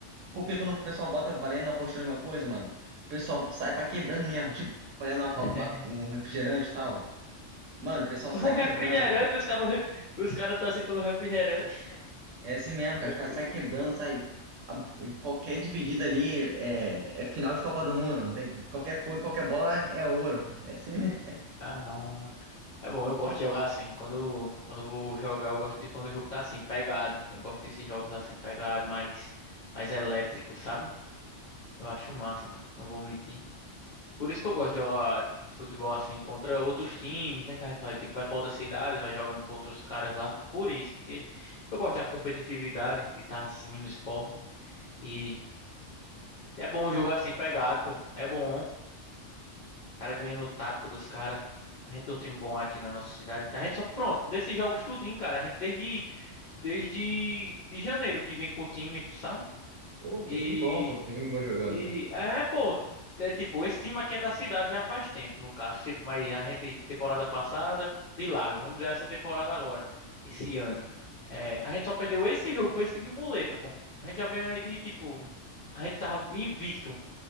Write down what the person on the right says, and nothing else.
Pô, Porque quando o pessoal bota valendo, apostando alguma coisa, mano, o pessoal sai pra quebrando mesmo. Tipo, valendo uma co-
uma- um refrigerante e tal. Mano, o pessoal
sai
quebrando, cara.
É assim mesmo, cara.
Os caras saem quebrando, saem. a- Qualquer dividida ali é, é final de Copa do Mundo, mano. Tem, qualquer coisa, qualquer bola é, é ouro. <laughs> É assim mesmo.
Pô, um
tempinho bom, pô. Um tempinho bom jogando,
né?